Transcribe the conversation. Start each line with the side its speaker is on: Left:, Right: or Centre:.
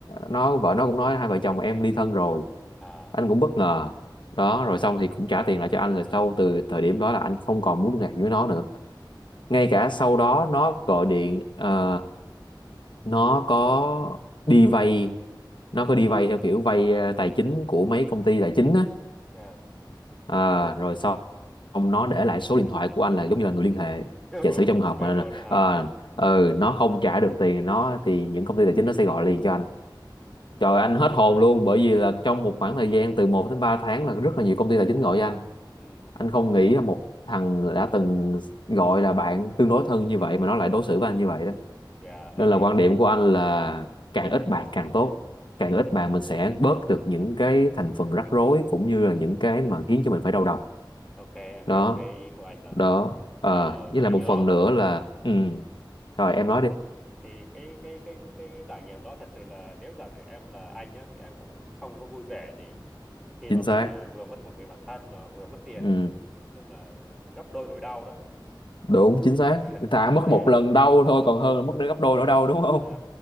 Left: nó vợ nó cũng nói hai vợ chồng em ly thân rồi
Centre: à
Left: anh cũng bất ngờ đó rồi xong thì cũng trả tiền lại cho anh rồi sau từ thời điểm đó là anh không còn muốn liên lạc với nó nữa ngay cả sau đó nó gọi điện ờ, nó có đi vay nó có đi vay theo kiểu vay ờ, tài chính của mấy công ty tài chính á
Centre: yeah.
Left: à, rồi xong xong nó để lại số điện thoại của anh là giống như là người liên hệ
Centre: <laughs>
Left: giả
Centre: ừ,
Left: sử trong hợp
Centre: vậy
Left: mà
Centre: luôn đó hả
Left: à, ừ, nó không trả được tiền nó thì những công ty tài chính nó sẽ gọi liền cho anh
Centre: Ừ.
Left: trời
Centre: Trời
Left: anh hết
Centre: ơi,
Left: hồn luôn bởi vì là trong một khoảng thời gian từ một đến 3 tháng là rất là nhiều công ty tài chính gọi cho anh
Centre: ừ,
Left: anh không nghĩ là một thằng đã từng gọi là bạn tương đối thân như vậy mà nó lại đối xử với anh như vậy đó
Centre: dạ em
Left: nên là
Centre: hiểu,
Left: quan điểm của anh là càng ít bạn càng tốt càng ít bạn mình sẽ bớt được những cái thành phần rắc rối cũng như là những cái mà khiến cho mình phải đau đầu
Centre: ok em
Left: đó
Centre: hiểu cái ý của anh rồi.
Left: đó à,
Centre: Ờ,
Left: với
Centre: thì
Left: lại một
Centre: cái đó
Left: phần nữa
Centre: cũng,
Left: là ừ. rồi em nói đi
Centre: thì cái cái cái cái, cái trải nghiệm đó thật sự là nếu giả sử em là anh nhá thì em cũng không có vui vẻ gì khi
Left: chính
Centre: mà mình
Left: xác
Centre: à, vừa mất một người bạn thân mà vừa mất tiền
Left: ừ.
Centre: cũng nói chung là gấp đôi nỗi đau đó.
Left: đúng chính xác
Centre: <laughs>
Left: ta mất
Centre: thì
Left: một lần đau thôi còn hơn là mất đến gấp đôi nữa đau đúng không
Centre: ờ,